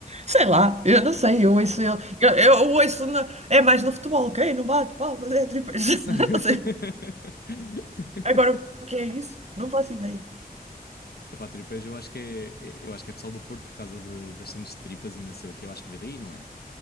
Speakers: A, on the right; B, on the left.
A: sei lá, eu não sei, eu ouço ele, eu, eu ouço, na- é mais no futebol, ok? Não bate palmas, é tripeiros, <laughs>
B: <laughs>
A: não sei. Agora o que é isso? Não faço ideia.
B: Epá, tripas, eu acho que é, eu acho que é pessoal do Porto por causa de- das cenas de tripas e não sei o que. Eu acho que veio daí, não é?